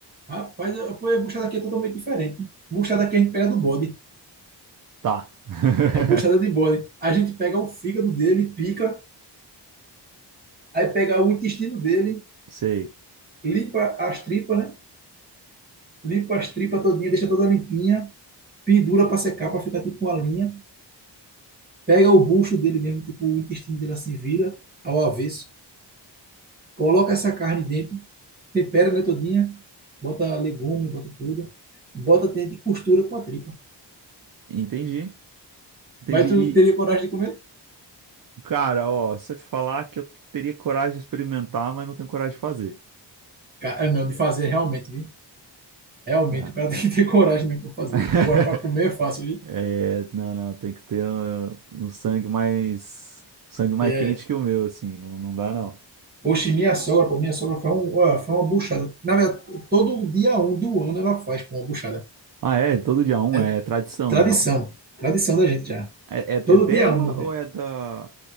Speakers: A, on the right; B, on the right.
A: Rapaz, a pô, a buchada aqui é totalmente diferente. Buchada
B: Ah,
A: aqui a gente pega do bode.
B: Tá. <laughs>
A: É buchada de bode. A gente pega o fígado dele, pica. Aí pega o intestino dele,
B: Sei.
A: limpa as tripas, né? Limpa as tripas todinha, deixa toda limpinha. Pendura para secar, para ficar tipo uma linha. pega o bucho dele mesmo, tipo, o intestino dele assim, vira ao avesso, coloca essa carne dentro, tempera, né, todinha, bota legume, bota tudo, bota dentro e costura com a tripa.
B: Entendi. Entendi.
A: Mas tu
B: E,
A: teria coragem de comer?
B: cara, ó, se eu te falar que eu teria coragem de experimentar, mas não tenho coragem de fazer.
A: Cara, não, de fazer realmente, viu? Realmente,
B: É.
A: o cara <laughs> tem que ter coragem mesmo para fazer.
B: <laughs>
A: Agora, para comer é fácil, viu?
B: É, não, não, tem que ter uh, um, sangue mais. Sangue mais
A: É.
B: quente que o meu, assim. Não, não dá, não.
A: Poxa, e minha sogra, pô, minha sogra faz um, ó, foi uma buchada. Na verdade, todo dia um do ano ela faz pô, uma buchada.
B: Ah, é? Todo dia um
A: É
B: é é tradição
A: tradição,
B: dela.
A: tradição da gente já.
B: É, é,
A: Todo
B: é dela
A: dia um,
B: ou é da,